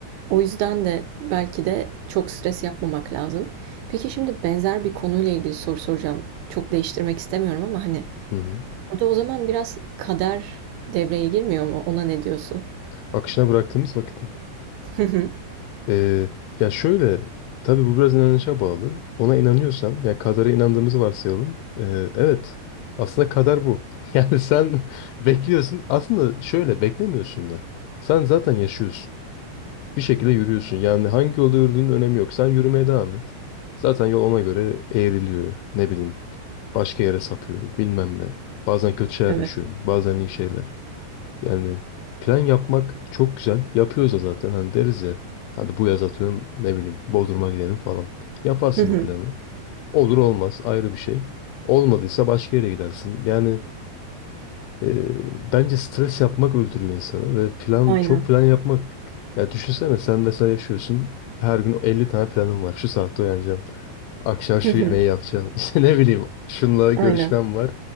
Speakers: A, on the right; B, on the left.
A: O yüzden de belki de çok stres yapmamak lazım. Peki şimdi benzer bir konuyla ilgili soru soracağım. Çok değiştirmek istemiyorum ama hani
B: Hı hı.
A: burada o zaman biraz kader devreye girmiyor mu? Ona ne diyorsun?
B: Akışına bıraktığımız vakit mi?
A: <laughs>
B: Ee, ya şöyle, tabii bu biraz inanışa bağlı. Ona inanıyorsan, ya kadara inandığımızı varsayalım. Ee, evet, aslında kader bu. <laughs> Yani sen <laughs> bekliyorsun. Aslında şöyle beklemiyorsun da. Sen zaten yaşıyorsun. Bir şekilde yürüyorsun. Yani hangi yolda yürüdüğünün önemi yok. Sen yürümeye devam et. Zaten yol ona göre eğriliyor. Ne bileyim, başka yere sapıyor, bilmem ne. Bazen kötü şeyler
A: Evet.
B: yaşıyorsun, bazen iyi şeyler. Yani plan yapmak çok güzel. Yapıyoruz da zaten hani deriz ya. Hadi bu yaz atıyorum ne bileyim Bodrum'a gidelim falan. Yaparsın
A: Hı hı.
B: bu planı. Olur olmaz ayrı bir şey. Olmadıysa başka yere gidersin. Yani e, bence stres yapmak öldürüyor insanı ve plan
A: Aynen.
B: çok plan yapmak. Ya düşünsene sen mesela yaşıyorsun. Her gün 50 tane planın var. Şu saatte uyanacağım. Akşam şu
A: Hı hı.
B: yemeği yapacağım. <laughs> İşte ne bileyim şunla görüşmem
A: Aynen.
B: var.